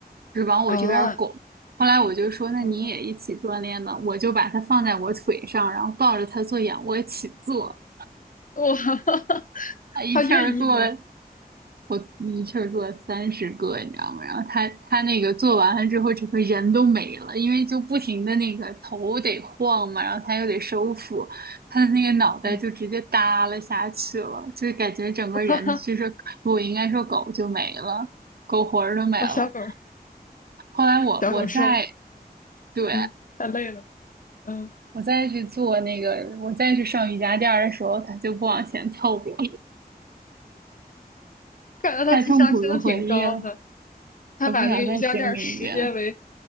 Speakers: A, on the right; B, on the left.
A: 就是往我这边儿拱。
B: 啊，
A: 后来我就说，那你也一起锻炼吧，
B: 我
A: 我就把它放在我腿上，然后抱着他做仰卧起坐，
B: 我 <laughs>
A: 啊，一气儿做了
B: 他愿意吗？
A: 我一气儿做了三十个，你知道吗？然后他他那个做完了之后，整个人都没了，因为就不停的那个头得晃嘛，然后他又得收腹，他的那个脑袋就直接耷拉下去了，
B: 嗯，
A: 就是感觉整个人就是我应该说狗就没了，
B: <laughs> 哈哈，
A: 狗魂儿都没了。
B: 把小狗儿
A: 后来我我再
B: 小狗收去，
A: 对
B: 嗯，太累了，嗯，
A: 我再去做那个，我再去上瑜伽垫儿的时候，他就不往前凑了，<laughs>
B: 看来他智商真的挺高的，
A: 太痛苦的回忆了，
B: 他把那个瑜伽垫识别为
A: 他不想再经历一遍。